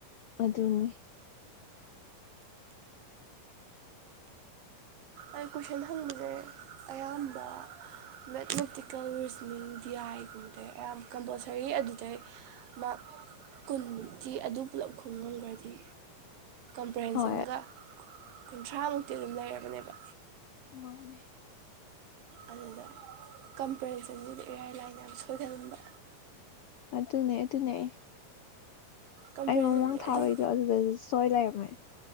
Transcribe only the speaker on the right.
ꯑꯩ ꯀꯣꯏꯁꯟ ꯍꯪꯕꯁꯦ ꯑꯌꯥꯝꯕ ꯃꯦꯠꯃꯦꯇꯤꯀꯦꯜ ꯔꯤꯖꯅꯤꯡ ꯗꯤ ꯑꯥꯏꯒꯨꯝꯕꯗꯩ ꯑꯌꯥꯝꯕ ꯀꯝꯄꯜꯁꯔꯤ ꯑꯗꯨꯗꯩ ꯃꯥꯔꯛ ꯀꯨꯟꯃꯨꯛꯇꯤ ꯑꯗꯨ ꯄꯨꯂꯞ ꯈꯨꯝꯉꯝꯈ꯭ꯔꯗꯤ ꯐ꯭ꯔꯦꯟꯁꯤꯡꯒ
ꯀꯨꯟꯊ꯭ꯔꯥꯃꯨꯛꯇꯤ ꯑꯗꯨꯝ ꯂꯩꯔꯕꯅꯦꯕ
ꯑꯗꯨꯗ ꯀꯝꯄꯦꯔꯤꯖꯟꯁꯤꯗ ꯏꯔꯥꯏ ꯂꯥꯏꯅ ꯌꯥꯝ ꯁꯣꯏꯒꯟꯕ꯫
ꯀꯝꯄ꯭ꯔꯦꯟꯁꯟꯁꯦ
ꯑꯗꯨꯝ